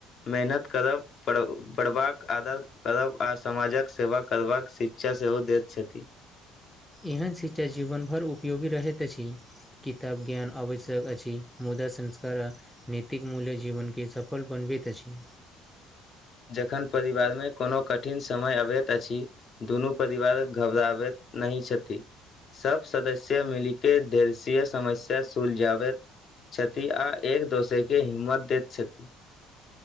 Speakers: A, on the left; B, in the centre.
A: मेहनत करब पर पढ़बाक आदर करब आ समाजक सेवा करबाक शिक्षा सेहो दैत छथि।
B: एहन शिक्षा जीवनभर उपयोगी रहैत अछि। किताब ज्ञान आवश्यक अछि मुदा संस्कार आ नैतिक मूल्य जीवन के सफल बनबैत अछि।
A: जखन परिवार मे कोनो कठिन समय अबैत अछि। दुनू परिवारक घबराबैत नहि छथि। सब सदस्य मिली के देलशीय समस्या सुलझावैत छथि आ एक-दोसर के हिम्मत दैत छथि।